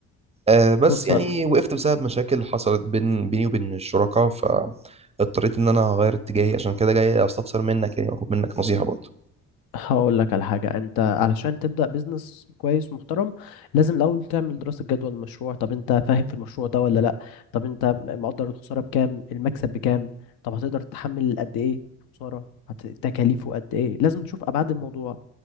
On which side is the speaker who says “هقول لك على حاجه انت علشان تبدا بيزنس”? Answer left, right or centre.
Left